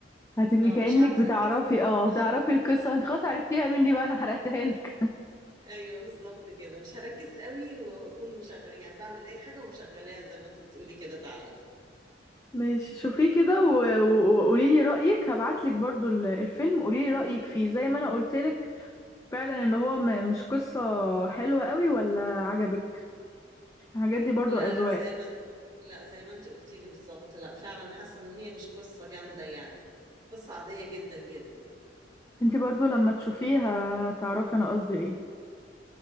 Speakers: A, on the left; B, on the right.
A: هتبقي
B: اه
A: كأنك
B: مش هقعد اركز
A: بتعرفي
B: <laughs>
A: اه
B: اه
A: بتعرفي القصة وانت خلاص عرفتيها مني بقى أنا حرقتها لك
B: ايوه بالظبط كده مش هركز قوي وهكون مشغل يعني بعمل اي حاجه ومشغلاها زي ما انت بتقولي كده فعلا
A: <laughs> ماشي شوفيه كده و- و- وقولي لي رأيك هبعت لك برضو ال- الفيلم قولي لي رأيك فيه زي ما أنا قلت لك فعلا ان هو م- مش قصة حلوة قوي ولا عجبك الحاجات دي برضو
B: لا
A: أذواق
B: لا زي ما انت- لا زي ما انت قلتي لي بالظبط لا فعلا حاسه ان هي مش قصه جامده يعني قصه عاديه جدا جدا
A: انتي برضو لما تشوفيه ه- هتعرفي انا قصدي ايه